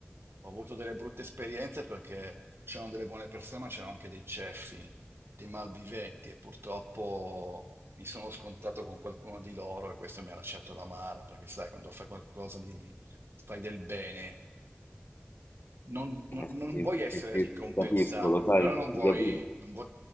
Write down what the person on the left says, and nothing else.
eh
sì,
eh sì,
capisco, lo sai,
ti capisco.